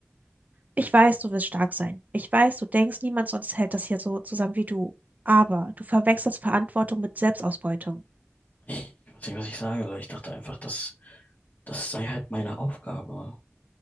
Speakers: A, on the right; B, on the left.
A: Ich weiß, du wirst stark sein. Ich weiß, du denkst, niemand sonst hält das hier so zusammen wie du. Aber du verwechselst Verantwortung mit Selbstausbeutung.
B: Ich, ich weiß nicht, was ich sagen soll. Ich dachte einfach, dass Das sei halt meine Aufgabe.